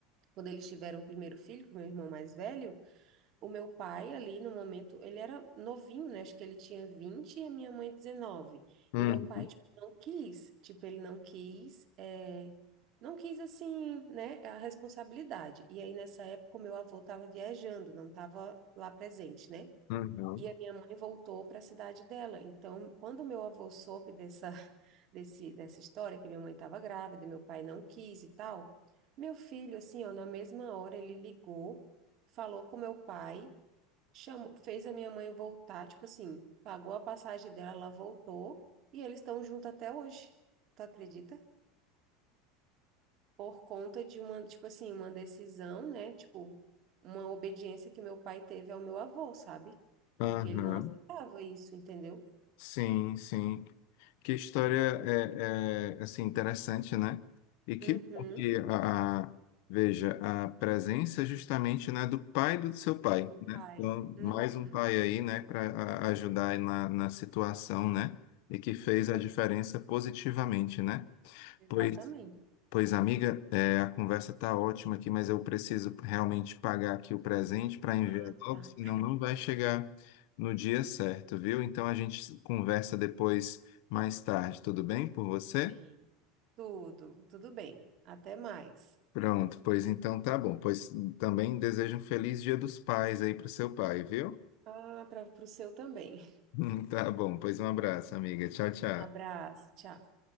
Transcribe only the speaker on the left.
Uhum,
uhum,
uhum.
Sim, sim. Que história é, é, assim interessante, né? E que
bom que a, a- veja a presença justamente né, do pai do seu pai,
né? Então,
mais um pai aí, né, para ajudar aí na, na situação, né? E que fez
a diferença positivamente, né?
Pois Pois, amiga, é, a conversa tá ótima aqui, mas eu preciso realmente pagar aqui o presente para enviar
logo,
senão não vai chegar no dia certo, viu? Então a gente conversa depois, mais tarde, tudo bem por você?
Pronto, pois então tá bom. Pois também desejo um feliz Dia dos Pais aí pro seu pai, viu?
<laughs> Tá bom, pois um abraço, amiga. Tchau, tchau.